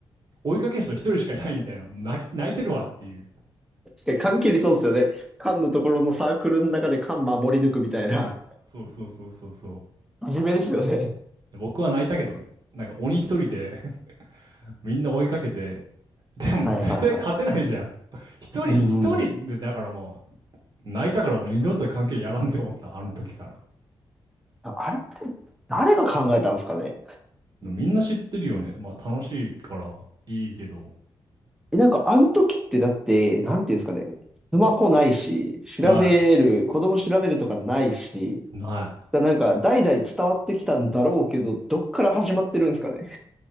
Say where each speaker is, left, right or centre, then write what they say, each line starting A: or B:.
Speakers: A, on the right; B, in the centre.
A: 追いかける人一人しかいないみたいな、もう泣き、泣いてるわっていう。
B: 確かに、缶切りそうですよね。缶のところのサークルの中で缶守り抜くみたいな。
A: そうそうそうそうそう。
B: 真面目ですよね。
A: で僕は泣いたけどね。なんか鬼一人で <laughs> みんな追いかけて、でも絶対勝てないじゃん。
B: はいはいはい。
A: 一人一人で、
B: うんうん。
A: だからもう泣いたからもう二度と関係やらんって思った、あの時から。
B: ああれ、誰が考えたんですかね。
A: でもみんな知ってるよね。まあ楽しいからいいけど、
B: えなんか、あの時ってだって、なんていうんですかね。スマホないし、調べる、
A: な
B: 子供調べるとかないし、
A: い、ない。
B: だなんか、代々伝わってきたんだろうけど、どっから始まってるんですかね。